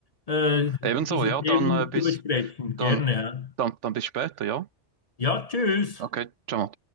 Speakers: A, on the left; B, on the right.
A: äh,
B: Ebenso,
A: diese
B: ja,
A: Themen
B: dann äh, bis
A: zu besprechen. Gerne.
B: dann,
A: ja.
B: dann, dann bis später, ja?
A: Ja, tschüss.
B: Okay, ciao.